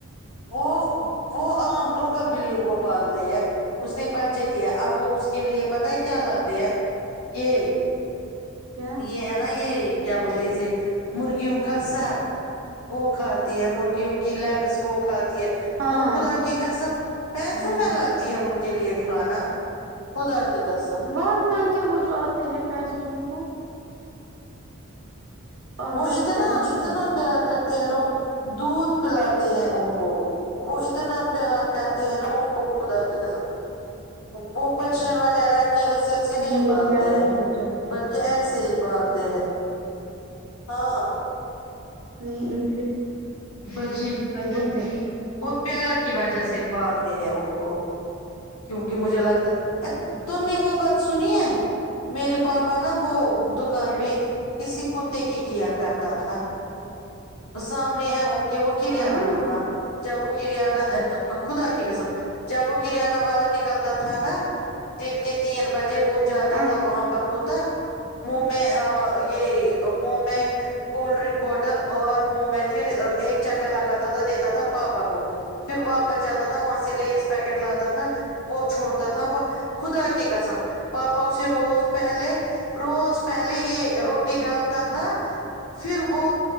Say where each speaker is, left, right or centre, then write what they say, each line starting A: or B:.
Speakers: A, on the left; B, on the right.
A: وہ وہ عام لوکل بلیوں کو پالتے ہے اس نے پچے د اب وہ اس کے لیے پت ہے کیا لاتے ہیں یہ
B: کیا
A: یہ ہے نا یہ کیا بولتے اسے مرغیوں کا سر وہ کھاتی ہے مری گ کی لیگس وہ کھاتی ہے
B: ہاں
A: وہ خدا کی کسم پینسوں
B: ہاں
A: میں لاتی ہے ان کے لیے کھانا خدا کی قسب
B: ورنہ کیا وہ جو آتے ہیں پیسوں کو آتا
A: وہ اتنا
B: ہے پیسوں
A: اتنا
B: کو ہی
A: پیار کرتا نا دودھ پلاتے ہیں ان کو وہ اتنا پیار کرتے ہیں نا ہن کو خود س وہ پرشن وغیرہ کی حیثیت سے نہیں
B: یہ
A: پالتے
B: پیارے
A: ہیں
B: ہو جاتے
A: بلکہ
B: ہیں
A: ایسے ہی پالتے ہیں ہاں
B: نہیں ان سے
A: پشن کی جس
B: بہت پیار
A: وہ پیار کی وجہ سے پالتے ہیں ان کو کیونکہ مجھے لگتا ا تم نے وہ بات سنی ہے میرے پاپا نا وہ دکان
B: کیا
A: پہ کسی کتے کی کیئر کرتا تھا سام ہیں ان کو کہ وہ کرانہ
B: ہاں
A: دکان جب وہ کرانہ خدا کی قسم جب وہ کرانہ والا نکلتا تھا نا دن کے تین بجے مھ وہ جاتا
B: ا
A: تھا وہاں پر کتا منہ میں یہ منہ میں کولڈ ڈرنک بوٹل اور منہ میں پھر ایک چکر لگاتا تھا دیتا تھا پاپا کو پھر واپس جات تھا وہاں سے لیز پیکٹ لگاتا تھا وہ چھوڑتا تھا وہ خدا کی قسم پاپا اسے روز پہلے روز پہلے یہ روٹی ڈالتا تھا پھر وہ